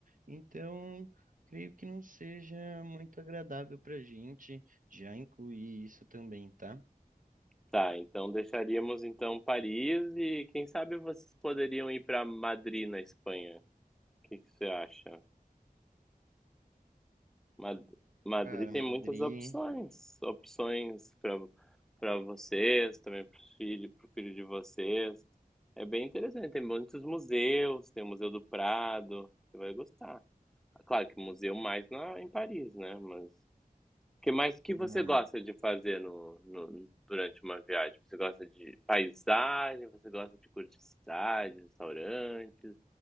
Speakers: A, on the right; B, in the centre.
A: Então, creio que não seja muito agradável pra gente já incluir isso também, tá?
B: Tá, então deixaríamos então Paris e quem sabe vocês poderiam ir para Madrid na Espanha. O que que você acha? Mad- Madrid
A: Cara,
B: tem
A: Madrid
B: muitas opções, opções para para vocês, também para o filho, para filho de vocês. É bem interessante, tem muitos museus, tem o Museu do Prado, você vai gostar. Claro que museu mais na, em Paris, né? Mas que mais que
A: não
B: você gosta
A: é.
B: de fazer no, no- durante uma viagem? Você gosta de paisagem? Você gosta de curtiçais, restaurantes?